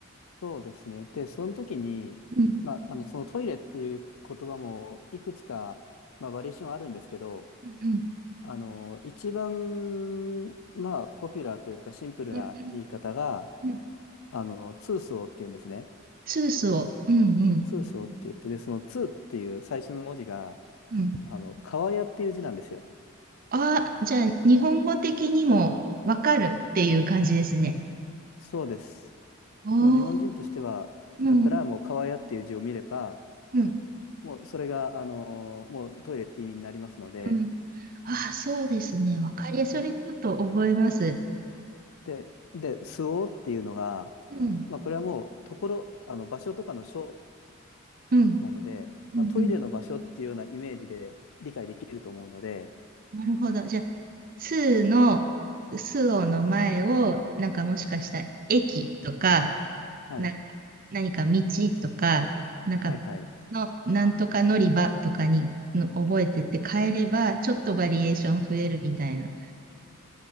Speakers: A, on the left; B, on the right.
A: そうですね。で、その時に、
B: うん。
A: まあ、あの、そのトイレっていう言葉もいくつか、まあ、バリエーションあるんですけど、
B: うんうん
A: あの一番、まあ、ポピュラーというかシンプルな言い方が、
B: うんうん
A: あの、ツースオーっていうんですね。
B: スースを。うんうん
A: ツースオーって言って、で、そのツーっていう最初の文字が、
B: うん。
A: あの、川屋っていう字なんですよ。
B: ああ、じゃあ日本語的にもわかるっていう感じですね。
A: そうです。
B: おー
A: もう日本人としては、
B: うん
A: だったらもう川屋っていう字を見れば、
B: うん
A: もうそれが、あのーもうトイレって意味になりますので、
B: うんあそうですね。わかりやすい。
A: で、
B: それちょっと覚えます。
A: で、で、すおっていうのが、
B: うん。
A: まあこれはもうところ、あの場所とかの所
B: うん。
A: なので、
B: うん。
A: まあトイレの場所っていうようなイメージで理解できると思うので、
B: うん。なるほど。じゃあ、スーの、スオの前を、なんかもしかしたら駅とか、
A: はい、
B: なんか何か道とか、なんか
A: はい、はい。
B: の、なんとか乗り場とかにの覚えてって変えれば、ちょっとバリエーション増えるみたいな。